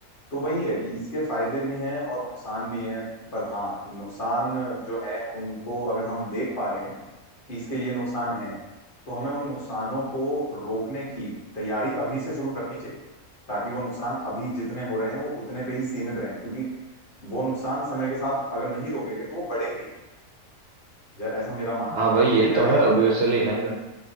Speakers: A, on the left; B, on the right.
A: तो वही है कि इसके फायदे भी हैं और नुकसान भी हैं पर हाँ नुकसान जो है उनको अगर हम देख पा रहे हैं कि इसके ये नुकसान हैं तो हमें उन नुकसानों को रोकने की तैयारी अभी से शुरू करनी चाहिए ताकि वो नुकसान अभी जितने हो रहे हैं वो उतने पे ही सीमित रहें क्योंकि वो नुकसान समय के साथ अगर नहीं रोके गए तो वो बढ़ेंगे ही ज- ऐसा मेरा मानना
B: हाँ
A: है बाकी
B: भाई ये
A: तुम क्या
B: तो है
A: कहते हो
B: ऑब्वियसली
A: इस बारे में
B: है ना।